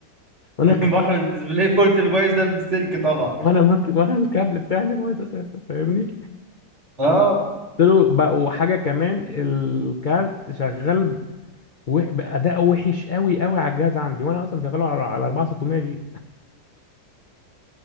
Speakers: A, on the left (about 50°); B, on the right (about 35°).
A: وانا <laughs>
B: مخرج الديسبلاي بورت اللي بايظ ده بالسلك طبعا
A: وانا مك... وانا الكابل بتاعي اللي بايظ اساسا فاهمني
B: اه
A: قلت له بقى وحاجه كمان الكارت شغال وح... باداء وحش قوي قوي على الجهاز عندي وانا اصلا مشغله على على 4600 جي